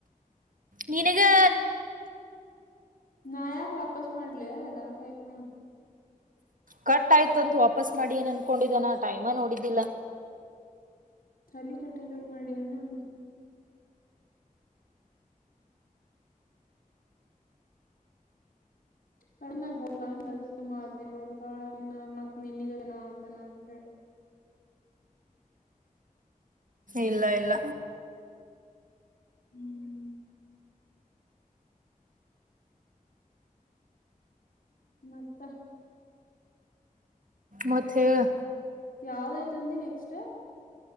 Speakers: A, on the right; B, on the left.
A: ನೀನಗೆ
B: ನಯಾಕ ವಾಪಸ ಮಾಡಲಿ ಯದಾರ ಕ ಮ
A: ಕಟ್ ಆಯ್ತಂತ ವಾಪಸ್ ಮಾಡಿ ಏನ್ ಅನ್ಕೊಂಡಿದ್ದಾನ ಟೈಮ ನೋಡಿದ್ದಿಲ್ಲ
B: ತಾಲ ಕಟ್ಟದತ್ ಮಾಡಿ ಅನ್ನೊಂದು ಕಣ್ಣಾಗ ಹೋಗ್ಲಾ ಅಂದ ಅದ ಸುಮಾ ಹದ್ನೇರು ಬರುತ್ತಾಳೆನ ಮತ್ ನಿನ್ನಗ ಅದನ ಆತಾನ ಅಂತ ಹೇಳಿ
A: ಇಲ್ಲ ಇಲ್ಲ
B: ಹ್ಮ್ ಮತ್ತ
A: ಮತ್ತೆ ಹೇಳ್
B: ಯಾವ್ದೈ್ತಂದ ನೆಕ್ಸ್ಟ್